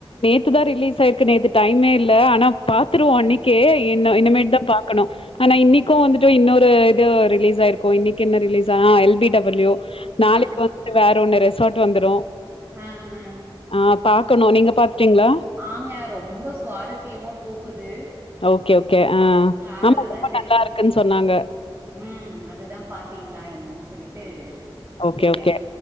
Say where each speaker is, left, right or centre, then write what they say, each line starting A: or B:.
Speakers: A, on the left (about 75°); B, on the right (about 25°).
A: த்துதா ரிலீஸ் ஆயிருக்கு நேத்து இது டைமே இல்ல ஆனா பாத்துருவோ இன்னு அன்னைக்கே இன்னுமேட்டுதா
B: ம்
A: பாக்கணு ஆனா இன்னைக்கு வந்துட்டு இன்னொரு இது ரிலீஸ் ஆயிருக்கு இன்னைக்கு என்ன ரிலீஸ் ஆ எல் பி டபிள்யூ நாளைக்கு
B: ஆ ஆ
A: வந்து வேற ஒன்னு ரெசார்ட் வந்துரு
B: ஆ ஆ
A: ஆ பா க்கணு நீங்க பாத்துட்டீங்ளா
B: ஆங்க ரொம்ப சுவாரஸ்யமா போகுது
A: ஓகே ஓகே ஆ
B: அதுதா
A: ஆமா ரொம்ப
B: சரி
A: நல்லா இருக்குன் சொன்னாங்க
B: ம் அதுதா பாத்திங்ளா என்னன் சொல்லிட்டு
A: ஓகே
B: கேட்டே
A: ஓகே